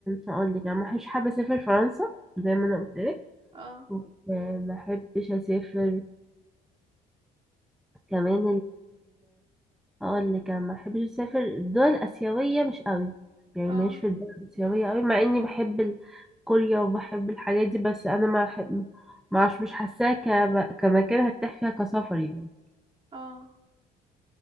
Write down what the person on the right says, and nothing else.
اه
اه
اه